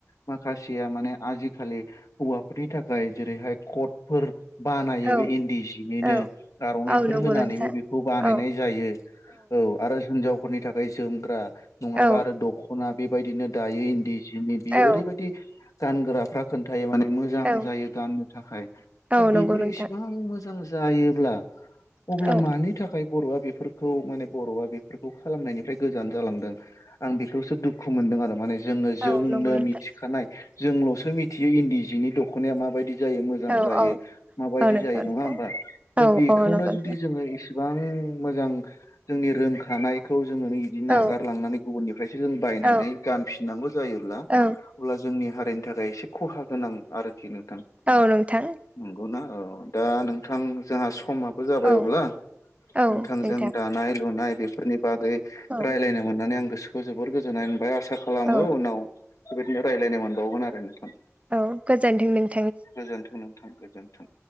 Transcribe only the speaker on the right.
औ
औ
औ नंगौ
नोंथां
औ
औ
औ
औ
औ
नंगौ नोंथां
औ
औ नंगौ नोंथां
औ
औ
औ नंगौ
नोंथां
औ
औ नंगौ नोंथां
औ
औ
औ
औ नोंथां
औ
औ
नोंथां
औ
औ
औ गोजोनथों नों